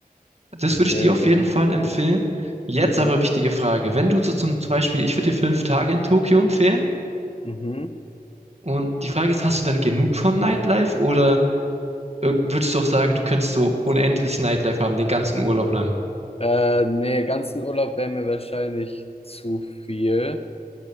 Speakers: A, on the right (about 45°); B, on the left (about 40°).
A: Das
B: okay,
A: würde ich dir auf
B: okay.
A: jeden Fall empfehlen. Jetzt
B: Mhm.
A: aber wichtige Frage. Wenn du so zum, zum Beispiel, ich würde dir fünf Tage in Tokio empfehlen.
B: Mhm.
A: Und die Frage ist, hast du dann genug vom Nightlife oder äh, würdest du auch sagen, du könntest so unendlich Nightlife haben, den ganzen Urlaub lang?
B: Äh, nee, ganzen Urlaub wäre mir wahrscheinlich zu viel.